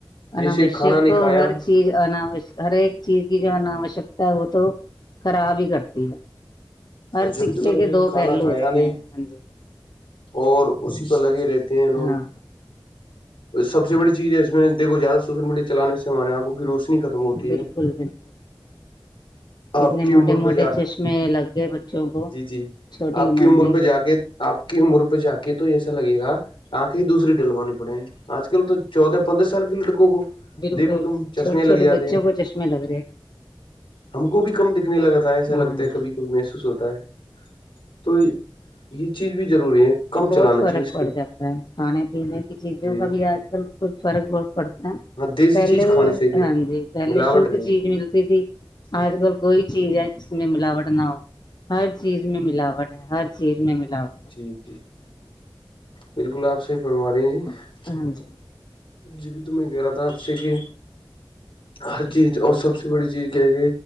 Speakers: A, on the left; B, on the left.
A: جیسے
B: اوشک
A: کھانا نہیں
B: تو
A: کھایا
B: ہر چیز انوش ہر ایک چیز کی جو ہےوشکتا ہے وہ تو خراب ہی کرتی ہے ہر
A: جبھی
B: سکے
A: تو کرو
B: کے
A: جیسے
B: دو
A: کھانا
B: پہلو
A: کھایا
B: ہوتے
A: نہیں
B: ہیں ہاں جی
A: اور اسی پر لگے رہتے ہیں لوگ
B: ہاں
A: سب سے بڑیز ہے اس میں دیکو زیادہ سوشل میڈیا چلان سے ہمارے آکھ کو گو سے ختم ہوتی
B: بالکل
A: ہے
B: بالکل
A: آپ
B: اتنے
A: کی
B: موٹے
A: عمر پہ
B: موٹے
A: جا
B: چشمے لگ گئے بچوں کو
A: جی جی
B: چھوٹی
A: آپ کی عمر
B: میں
A: پہ جا کے آپ کی عمر پہ جا کے تو ایسا لگے گا آنکھیں ہی دوسری ڈلوانی پڑے آج کل تو چودہ پندر سال بھی لک گ کو
B: بالکل
A: دیکھو تم چشمے
B: چھوٹے
A: لگ
B: چھوٹے
A: جاتے
B: بچوں
A: ہیں
B: کو چشمے لگ رہے ہیں
A: ہم کو بھی کم دکھنے لگتا ہے ایسا
B: ہاں
A: لگتا
B: جی
A: ہے کبھی کبھی محسوس ہوتا ہے تو یہ چیز بھی ضروری ہے کم
B: بہت
A: چلانا
B: فرق
A: چاہیے اس
B: پڑ
A: کو
B: جاتا ہے کھانے پینے کی چیزوں
A: جی
B: کا بھی آج کل کچھ فرق بہت پڑتا ہے
A: ہاں دیسی
B: پہلے
A: چیز کھانی چاہیے
B: ہاں جی پہلے
A: ملاوٹ
B: شھ
A: نہیں
B: چیز ملتی تھی آج کل کوئی چیز ہے جس میں ملاوٹ نہ ہو ہر چیز میں ملاوٹ ہے ہر چیز میں ملاوٹ
A: جی جی بالکل آپ صحی بنما رہی ہیں جی
B: ہے ہاں جی
A: جیبھی تو میں کہہ رہا تھا آپ سے کہ ہر چیز اور سب سے بڑی چیز کیا ہے کہ